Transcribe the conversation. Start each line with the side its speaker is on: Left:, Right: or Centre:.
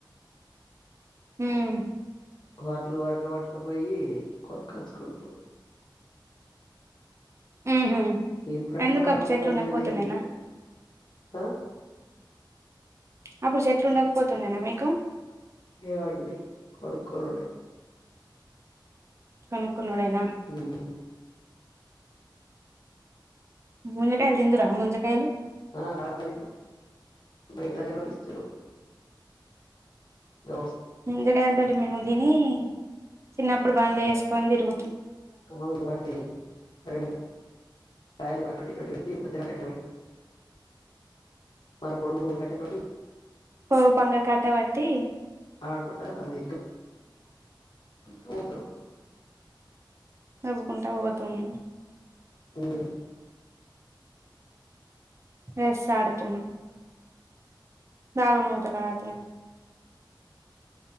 Right: మ్మ్
Left: వాడ్లు వాడ్లు వటుకపొయ్యి కొనకచుకుంటురు
Right: ఉహు
Left: ఇప్పుడంటే
Right: ఎందుకు
Left: వడ్లు
Right: అప్పుడు చెట్లు
Left: అది
Right: ఉండకపోతుండేనా
Left: ఇదేమిలే ఆ
Right: అప్పుడు చెట్లు ఉండకపోతుండేనా మీకు
Left: లేవండి కొనుక్కునుడే
Right: కొనుక్కునుడేనా
Left: మ్మ్
Right: ముంజకాయలు దిందురా ముంజకాయలు
Left: ఆ బాగా లేదు బయటి దగ్గరోళ్ళు ఇస్తురు ఓరుస్
Right: ముంజగాయల్తోటి మేము దిని చిన్నప్పుడు బండ్లు చేసుకొని తిరుగుతం
Left: ఎవనికి కాయలు పొదిలకటన్ మల్ల పొడుగు కట్టె తోటి
Right: పోవు పంగ కట్ట బట్టి
Left: ఆడకుట్ట అది పోతరు
Right: నవ్వుకుంటా బోతము
Left: మ్మ్
Right: ఎస్స్ ఆడుతున్నం దాగుడుమూతలాట